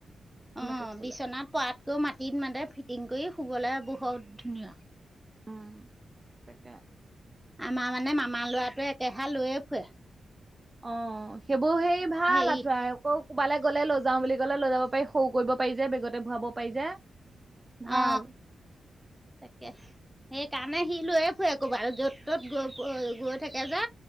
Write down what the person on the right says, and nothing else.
মাতি থলে
উম, তাকে
অ সেইবোৰ সেই ভাল
আঠুৱা আকৌ কবালে গ'লে লৈ যাওঁ বুলি গলে লৈ যাব পাৰি সৰু কৰিব পাৰি যে বেগতে ভৰাব পাৰি যে ভাল